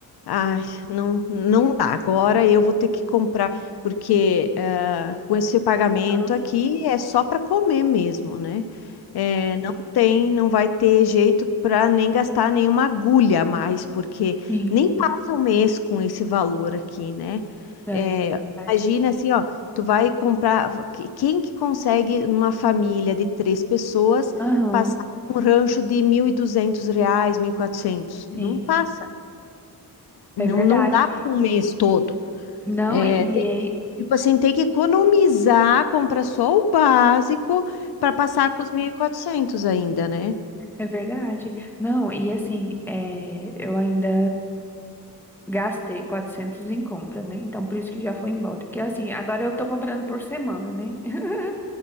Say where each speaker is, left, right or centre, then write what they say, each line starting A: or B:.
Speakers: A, on the left; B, in the centre.
A: Ai, não, não dá. Agora eu vou ter que comprar, porque eh, com esse pagamento
B: Aham,
A: aqui é só para comer mesmo, né? Eh, não tem, não vai ter jeito para nem gastar nenhuma agulha a mais, porque
B: sim,
A: nem passa um mês com esse valor aqui, né?
B: é
A: Eh,
B: verdade.
A: imagina assim, ó, tu vai comprar. que- Quem que consegue, numa família de três pessoas,
B: Aham,
A: passar um rancho de 1.200 reais, 1.400? Não
B: sim,
A: passa.
B: é
A: Não,
B: verdade.
A: não dá para um mês todo.
B: Não,
A: É,
B: e
A: tem-
B: aí.
A: tipo assim, tem que economizar, comprar só o básico para passar com os 1.400 ainda, né?
B: É verdade. Não, e assim, é, eu ainda gastei 400 em compra, né? Então, por isso que já foi embora. Que assim, agora eu tô comprando por semana, né? <laughs>